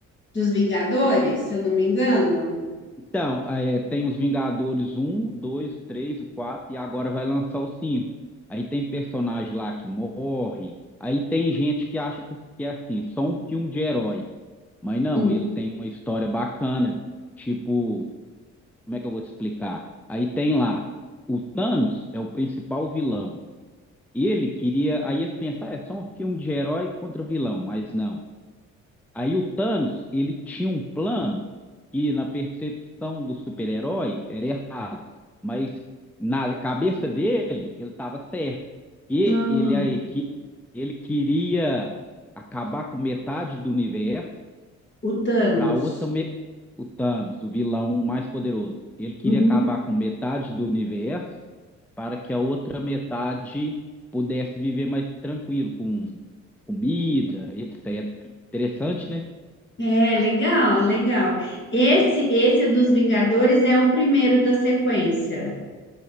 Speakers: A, on the left; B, in the centre.
A: dos Vingadores, se eu não me engano.
B: Então, é, tem os Vingadores um, 2, 3, 4 e agora vai lançar o 5. Aí tem personagem lá que morre. Aí tem gente que acha que que é assim, só um filme de herói. Mas não,
A: Hum.
B: ele tem uma história bacana. Tipo, como é que eu vou te explicar? Aí tem lá, o Thanos é o principal vilão. ele queria, aí eles pensaram, é só um filme de herói contra vilão, mas não. Aí o Thanos, ele tinha um plano que na percepção dos super-heróis era errado, mas na cabeça dele, ele estava certo. E
A: Ah,
B: ele, a equi- ele queria acabar com metade do universo,
A: o Thanos.
B: para Otame... o Thanos, o vilão mais poderoso. Ele queria
A: Uhum.
B: acabar com metade do universo para que a outra metade pudesse viver mais tranquilo, com comida, etc. Interessante, né?
A: É, legal, legal. Esse, esse dos Vingadores é o primeiro da sequência.